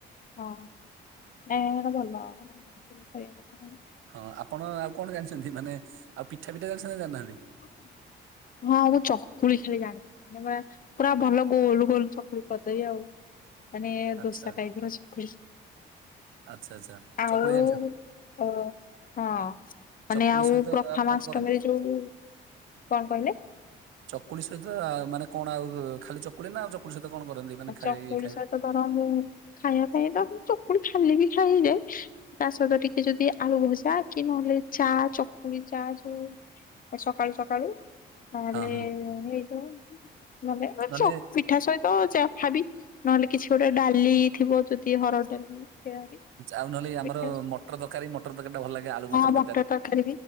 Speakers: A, on the left; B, on the right.
A: ହଁ ନାଇଁ ଏଇଟା ଭଲ <unintelligible>
B: ହଁ ଆପଣ ଆଉ କଣ ଜାଣିଛନ୍ତି ମାନେ ଆଉ ପିଠା ପିଠା ଜାଣିଛନ୍ତି ଜାଣିନାହାନ୍ତି?
A: ହଁ ମୁଁ ଆଗ ଚକୁଳି ଖାଇଲାଣି। ମାନେ ମା ପୁରା ଭଲ ଗୋଲ ଗୋଲ ଚକୁଳି କରିଦେବି ଆଉ। ମାନେ
B: ଆଚ୍ଛା
A: ଦୋସା ଟାଇପିର ଚକୁଳି।
B: ଆଚ୍ଛା ଆଚ୍ଛା
A: ଆଉ
B: ଚକୁଳି ଜାଣିଛନ୍ତି
A: ଓ ହଁ। ମାନେ
B: ଚକୁଳି
A: ଆଉ
B: ସହିତ
A: ପ୍ରଥମାଷ୍ଟମୀରେ
B: କଣ କରନ୍ତି?
A: ଯୋଉ କଣ କହିଲେ?
B: ଚକୁଳି ସହିତ ମାନେ କଣ ଆଉ ଖାଲି ଚକୁଳି ନା ଆଉ ଚକୁଳି ସହିତ କଣ କରନ୍ତି ମାନେ ଖାଇ
A: ଚକୁଳି
B: ଇଏ ଖାଇ
A: ସହିତ କଣ ମୁଁ ଖାଇବା ପାଇଁ ତ ଚକୁଳି ଖାଲି ବି ଖାଇ ହେଇ ଯାଏ। ତା ସହିତ ଟିକେ ଯଦି ଆଳୁ ଭଜା କି ନହେଲେ ଚା ଚକୁଳି ଚା ଯୋଉ ସକାଳୁ ସକାଳୁ ନହେଲେ
B: ହଁ ହଁ
A: ହେଇଯୋଉ ମାନେ
B: ନହେଲେ
A: ଚ ପିଠା ସହିତ ଚ ଖାଇବି ନହେଲେ କିଛି ଗୋଟେ ଡାଲି ଥିବ ଯଦି ହରଡ ଡାଲି ସେୟା ବି
B: ଆଉ ନହେଲେ ଆମର
A: ପିଠା
B: ମଟର ତରକାରୀ ମଟର ତରକାରୀ ଟା ଭଲ ଲାଗେ ଆଳୁ
A: ହଁ ମଟର
B: ତରକାରୀ।
A: ତରକାରି